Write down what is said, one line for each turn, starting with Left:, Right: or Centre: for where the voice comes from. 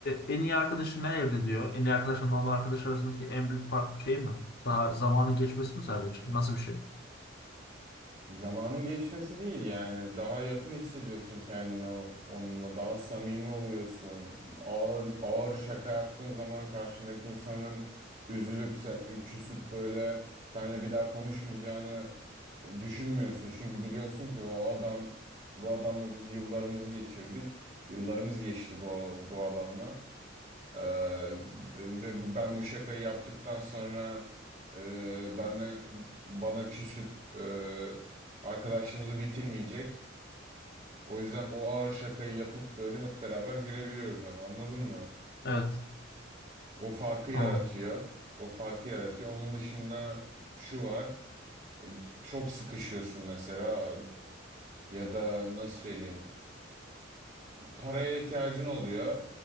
Left: en iyi arkadaşın ne elde ediyor? En iyi arkadaşla normal arkadaş arasındaki en büyük fark şey mi? Daha zamanın geçmesi mi sadece? Nasıl bir şey?
Right: Zamanın geçmesi değil yani daha yakın hissediyorsun kendini o- onunla daha samimi oluyorsun. Ağır ağır şaka yaptığın zaman karşındaki insanın üzülüp se- küsüp böyle seninle bir daha konuşmayacağını e, düşünmüyorsun. Çünkü biliyorsun ki o adam bu adamla biz yıllarımızı geçirdik. Yıllarımız geçti bu bu adamla. Ee, ve bu, ben bu şakayı yaptıktan sonra e, benden bana küsüp e, arkadaşlığımızı bitirmeyecek. O yüzden o ağır şakayı yapıp böyle hep beraber gülebiliyoruz hani anladın mı?
Left: Evet.
Right: O farkı yaratıyor.
Left: Anladım.
Right: O farkı yaratıyor. Onun dışında şu var. e, Çok sıkışıyorsun mesela ya da nasıl söyleyeyim? paraya ihtiyacın oluyor